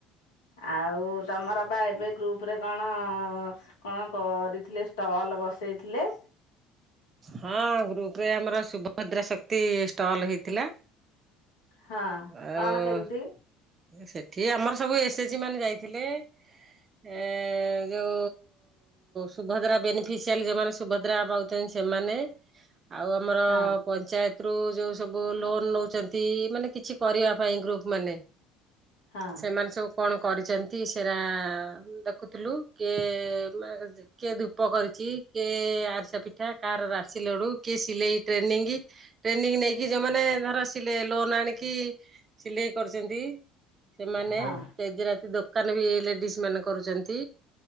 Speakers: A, on the left; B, on the right.
A: ଆଉ ତମର ବା ଏବେ ଗ୍ରୁପ ରେ କଣ? କଣ କ- କରିଥିଲେ ଷ୍ଟଲ ବସେଇଥିଲେ?
B: ହଁ ଗ୍ରୁପ ରେ ଆମର ସୁଭଦ୍ରା ଶକ୍ତି ଷ୍ଟଲ ହେଇଥିଲା।
A: ହଁ
B: ଆଉ
A: କଣ କେମିତି?
B: ସେଠି ଆମର ସବୁ ଏସ ଏଚଜି ମାନେ ଯାଇଥିଲେ ଏ ଯୋଉ ସୁଭଦ୍ରା ବେନିଫିସିଆଲି ଯଉମାନେ ସୁଭଦ୍ରା ପାଉଛନ୍ତି ସେମାନେ ଆଉ ଆମର
A: ହଁ
B: ପଞ୍ଚାୟତ ରୁ ଯୋଉ ସବୁ ଲୋନ ନଉଛନ୍ତି ମାନେ କିଛି କରିବା ପାଇଁ ଗ୍ରୁପ ମାନେ
A: ହଁ
B: ସେମାନେ ସବୁ କଣ କରିଛନ୍ତି ସେରା ଦେଖୁଥିଲୁ କିଏ କିଏ ଧୂପ କରିଛି କିଏ ଆରିସା ପିଠା କାହାର ରାଶି ଲଡୁ କିଏ ସିଲେଇ ଟ୍ରେନିଂ ଟ୍ରେନିଂ ନେଇକି ଯୋଉମାନେ ଧର ସିଲେ ଲୋନ ଆଣିକି ଲି କରିଛନ୍ତି। ସେମାନେ
A: ହଁ
B: ତେଜରାତି ଦୋକାନ ବି ଲେଡିସ୍ ମାନେ କରୁଛନ୍ତି।